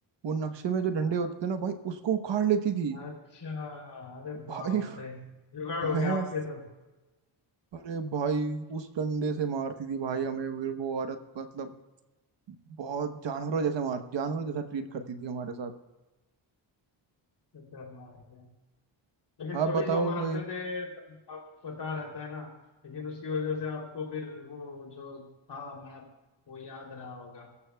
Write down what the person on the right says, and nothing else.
वो नक्शे में जो डंडे
होते थे ना भाई उसको उखाड़ लेती थी
भाई
मैं
अरे भाई उस डंडे से मारती थी भाई हमें फिर वो औरत मतलब बहुत जानवरों जैसे
मार जानवरों जैसा ट्रीट करती थी हमारे साथ
आप
बताओ
कोई